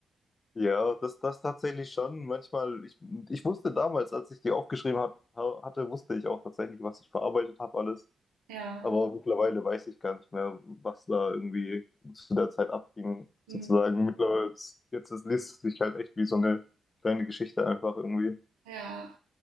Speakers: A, on the left (about 40°); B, on the right (about 85°).
A: Ja, das, das tatsächlich schon. Manchmal, ich, ich wusste damals, als ich die aufgeschrieben hat, ha- hatte, wusste ich auch tatsächlich, was ich verarbeitet habe, alles.
B: Ja.
A: Aber mittlerweile weiß ich gar nicht mehr, was da irgendwie zu der Zeit abging,
B: Mhm.
A: sozusagen. Mittlerweile, ist- jetzt ist, liest es sich halt echt wie so eine kleine Geschichte einfach irgendwie.
B: Ja,